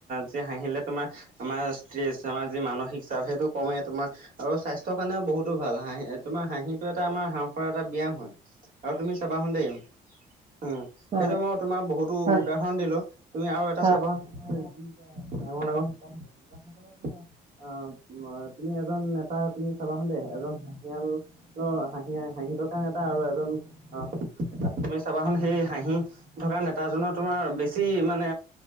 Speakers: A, on the right; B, on the right.
A: যে হাঁহিলে তোমাৰ আমাৰ ষ্ট্ৰেছ আমাৰ যি মানসিক চাপ সেইটো কমেই তোমাৰ আৰু স্বাস্থ্যৰ কাৰণেও বহুতো ভাল হাঁহি তোমাৰ হাঁহিটো এটা আমাৰ হাঁহ ফাঁওৰ এটা ব্যায়াম হয়। আৰু তুমি চাবাচোন দেই উম সেইটোৱে
B: হয়
A: মই তোমাৰ বহুতো
B: হয়
A: উদা হৰণ দিলো, তুমি আৰু এটা
B: হয়
A: চাবা <unintelligible> আমাৰ <unintelligible> ডাঙৰ ডাঙৰ। অ', তুমি এজন নেতা তুমি চাবাচোন দেই এজন হাঁহিয়াল অ', হাঁহি হাঁহি থকা নেতা আৰু এজন অ', তুমি চাবাচোন সেই হাঁহি থকা নেতা তাৰজনৰ তোমাৰ বেছি মানে